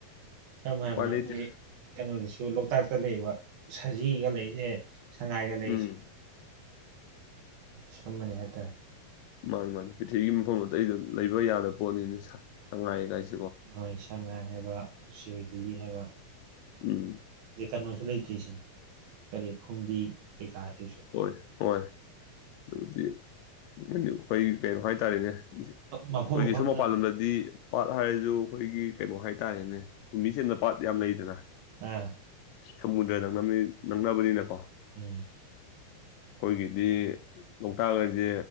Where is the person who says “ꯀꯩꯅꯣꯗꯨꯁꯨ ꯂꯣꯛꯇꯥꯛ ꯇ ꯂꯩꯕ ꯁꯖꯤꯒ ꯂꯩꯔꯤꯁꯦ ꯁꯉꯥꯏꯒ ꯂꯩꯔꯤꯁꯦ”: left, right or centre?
Right